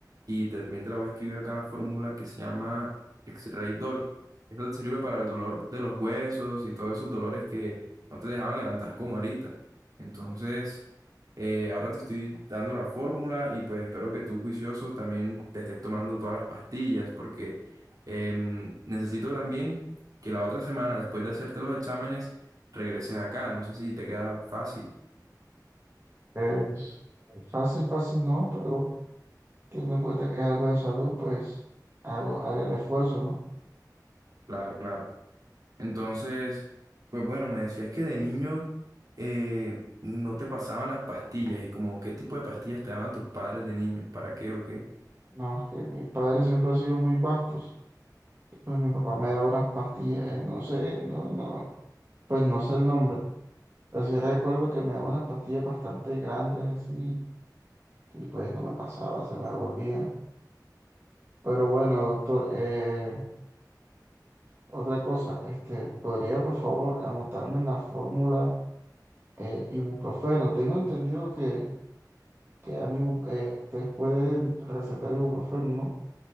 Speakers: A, on the right; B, on the right.
A: y también te la voy a escribir acá en la fórmula que se llama X-Ray Doll. Esto te sirve para el dolor de los huesos y todos esos dolores que no te dejaban levantar como ahorita. Entonces, eh, ahora te estoy dando la fórmula y pues espero que tú juicioso también te estés tomando todas las pastillas porque em, necesito también que la otra semana, después de hacerte los exámenes, regreses acá. No sé si te queda fácil.
B: Es fácil, fácil no, pero teniendo en cuenta que es algo de salud, pues hago, haré el esfuerzo, ¿no?
A: Claro, claro. Entonces, pues bueno, me decías que de niño eh, no te pasaban las pastillas y como qué tipo de pastillas te daban tus padres de niño, para qué o qué.
B: No, es que mis padres siempre han sido muy vastos, y pues mi papá me daba unas pastillas, eh, no sé, no, no, pues no sé el nombre, pero sí recuerdo que me daba unas pastillas bastante grandes así y pues no me pasaba, se me devolvía. Pero bueno, doctor, eh, otra cosa, este, ¿podría por favor anotarme en la fórmula eh, ibuprofeno? Tengo entendido que, que dan ibu- eh, ustedes pueden recetar ibuprofeno, ¿no?